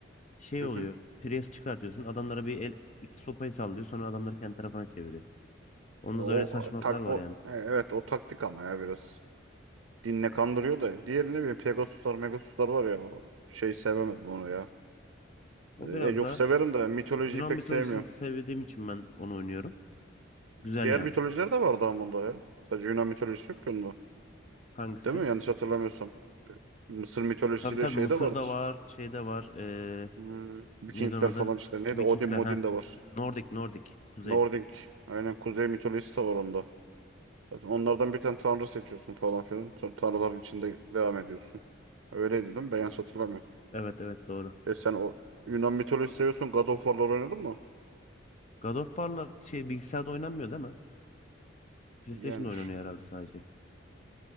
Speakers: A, on the left (about 35°); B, on the right (about 85°).
A: şey
B: hı
A: oluyor.
B: hı.
A: Priest çıkartıyorsun. Adamlara bir el, iki sopayı sallıyor. Sonra adamları kendi tarafına çeviriyor. Onda
B: O
A: da öyle saçmalıklar
B: tak
A: var
B: o
A: yani.
B: e, evet o taktik ama ya biraz. Dinle kandırıyor da. Diğeri ne bileyim Pegasuslar, Megasuslar var ya. o şey sevemedim onu ya.
A: O
B: Ee,
A: biraz
B: Age
A: da
B: of severim de mitolojiyi
A: Yunan
B: pek
A: mitolojisi
B: sevmiyorum.
A: sevdiğim için ben onu oynuyorum. Güzel
B: Diğer
A: yani.
B: mitolojiler de vardı ama onda ya. Sadece Yunan mitolojisi yok ki onda.
A: Hangisi?
B: Değil mi? Yanlış hatırlamıyorsam. Mısır mitolojisiyle
A: Tabii tabii
B: şey
A: Mısır'da
B: de vardır.
A: var, şeyde var. e,
B: Hmm, Vikingler
A: Neydi onun adı?
B: falan işte. Neydi?
A: Ki Vikingler
B: Odin Modin
A: ha.
B: de var.
A: Nordic, Nordic. Kuzey.
B: Nordik. Aynen kuzey mitolojisi de var onda. Zaten onlardan bir tane tanrı seçiyorsun falan filan. Sonra tanrıların içinde devam ediyorsun. Öyleydi değil mi? Ben yanlış hatırlamıyorum.
A: Evet evet doğru.
B: E sen o Yunan mitolojisi seviyorsun. God of War'lar oynadın mı?
A: God of War'lar şey bilgisayarda oynanmıyor değil mi? PlayStation'da
B: Yani
A: oynanıyor
B: şu-
A: herhalde sadece.